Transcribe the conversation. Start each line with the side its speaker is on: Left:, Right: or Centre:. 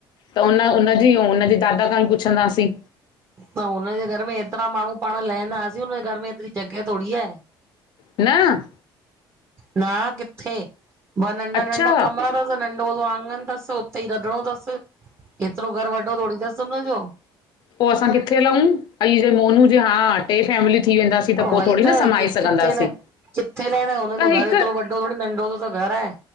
Left: त उन उन <unintelligible> हुन जे दादा खां ई पुछंदासीं।
Right: त हुनजे घर में एतरा माण्हू पाण लहंदासीं हुनजे घर में एतरी जॻह थोड़ी आहे।
Left: न!
Right: न किथे? ब नंढा
Left: अच्छा
Right: नंढा कमरा न नंढो सो आंगन तस उते ई रंधणो तस एतिरो घर वॾो थोड़ी तस हुनजो।
Left: पोइ असां किथे लहूं? अई जे मोनू जे हा टे फैमिली थी वेंदासीं त पो
Right: वई
Left: थोरी
Right: त
Left: न समाए सघंदासीं
Right: किथे न किथे लेण हुनन
Left: त
Right: जो
Left: हिकु
Right: घर एतरो वॾ थोड़ो नंढो सो त घर आहे।